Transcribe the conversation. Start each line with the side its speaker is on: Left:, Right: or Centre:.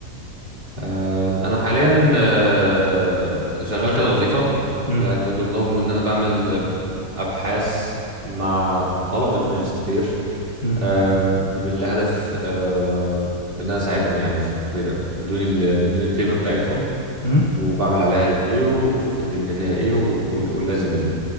Right: آم، انا حاليا آه، شغال كده وظيفة
Left: امم
Right: يعني من ضمنهم ان انا بعمل ابحاث مع طلبة ماجستير
Left: امم
Right: آم، لهدف آم، ان انا اساعدهم يعني في- بيبقى بيدوني ال- بيدوني البيبر بتاعتهم
Left: امم
Right: وبعمل عليها ريفيو وبشوف الدنيا فيها ايه وال- وال- واللازم منه